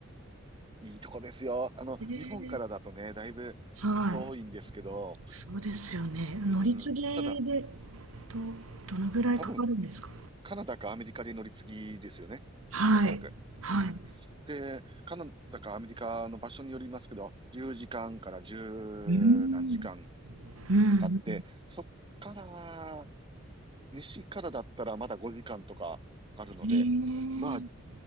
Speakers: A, on the right; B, on the right.
A: いいとこですよ。あの、
B: へえ、
A: 日本からだとね、だいぶ
B: はい。
A: 遠いんですけど、
B: そうですよね。乗り継ぎで
A: うん。ただ、
B: ど、どのぐらいかかるんですか
A: 多分、カナダかアメリカで乗り継ぎですよね。
B: はい。
A: おそらく。
B: はい。
A: うん。
B: う
A: で、カナダかアメリカの場所によりますけど、10時間かんから10何時間
B: ーん。うんうん。
A: かかって、そっから、西からだったらまだ5時間とかかかるので、
B: へえ
A: まあ、